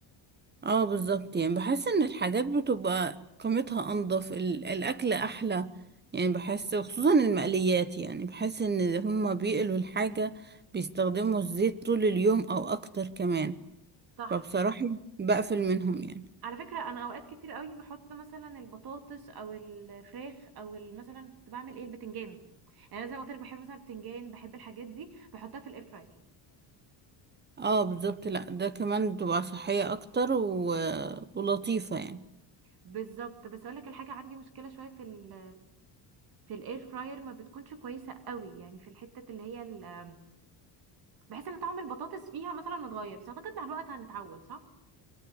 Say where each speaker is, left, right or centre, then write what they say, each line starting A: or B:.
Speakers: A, on the right (about 20°); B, on the right (about 50°).
A: اه بالظبط يعني بحس ان الحاجات بتبقى قيمتها انضف ال- الاكل احلى يعني بحس خصوصا المقليات يعني بحس ان هما بيقلوا الحاجة بيستخدموا الزيت طول اليوم او اكتر كمان
B: صح
A: فبصراحة بقفل منهم يعني
B: على فكره انا اوقات كتير قوي بحط مثلا البطاطس او الفراخ او ال- مثلا كنت بعمل ايه البتنجان يعني أنا زي ما قلت لك بحب مثلا البتنجان بحب الحاجات دي بحطها في الاير فراير
A: اه بالظبط لا ده كمان بتبقى صحية اكتر و... ولطيفة يعني
B: بالظبط بس اقول لك الحاجه عندي مشكله شويه في ال في الاير فراير ما بتكونش كويسه قوي يعني في الحته اللي هي ال- بحس ان طعم البطاطس فيها مثلا متغير بس اعتقد مع الوقت هنتعود صح